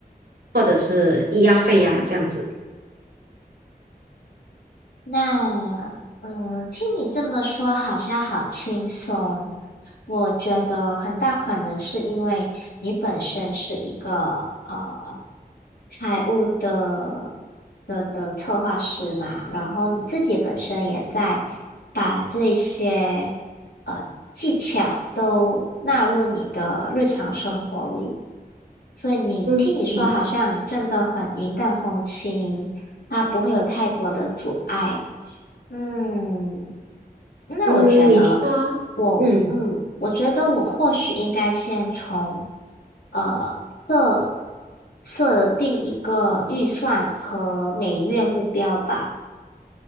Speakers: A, on the right; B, on the left.
A: 或者是医药费呀、这样子。
B: 那，嗯，听你这么说，好像好轻松。我觉得很大可能是因为你本身是一个呃财务的的的策划师嘛，然后你自己本身也在把这些呃技巧都纳入你的日常生活里，所以你听你说，
A: 嗯。嗯。
B: 好像真的很云淡风轻，它不会有太多的阻碍。嗯，那我觉得
A: 嗯，你说，
B: 我，
A: 嗯
B: 嗯，我觉得我或许应该先从呃设设定一个预算和每月目标吧。